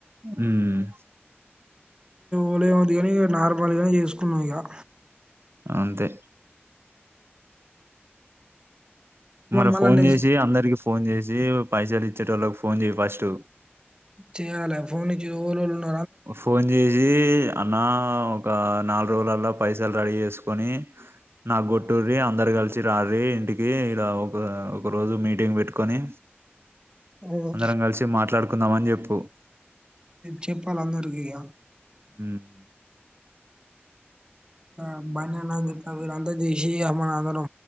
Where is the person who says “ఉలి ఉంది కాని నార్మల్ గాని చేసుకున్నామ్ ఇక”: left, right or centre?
Right